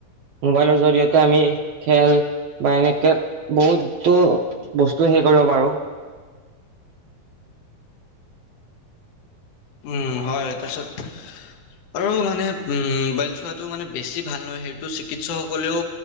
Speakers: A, on the right; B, on the left.
A: মোবাইলৰ জৰিয়তে আমি খেল বা এনেকে বহুতো বস্তু সেই কৰিব পাৰো।
B: উম হয় তাৰপিছত আৰু মানে উম মোবাইল চোৱাটো মানে বেছি ভাল নহয় সেইটো চিকিৎসক সকলেও